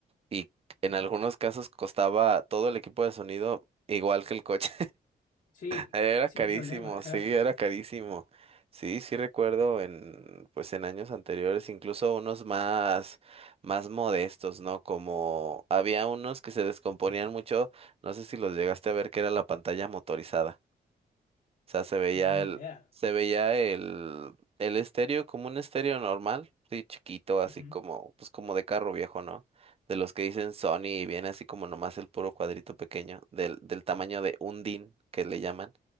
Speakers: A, on the right; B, on the left.
A: y en algunos casos costaba todo el equipo de sonido igual que el coche.
B: Sí,
A: Era
B: sin
A: carísimo,
B: problema, ajá.
A: sí, era carísimo. Sí, sí recuerdo en, pues en años anteriores, incluso unos más, más modestos, ¿no? Como había unos que se descomponían mucho, no sé si los llegaste a ver, que era la pantalla motorizada. O sea, se veía
B: No, ni
A: el,
B: idea.
A: se veía el, el estéreo como un estéreo normal, sí, chiquito, así
B: Ujú,
A: como, pues como de carro viejo, ¿no? De los que dicen Sony y viene así como nomás el puro cuadrito pequeño, del, del tamaño de un DIN que le llaman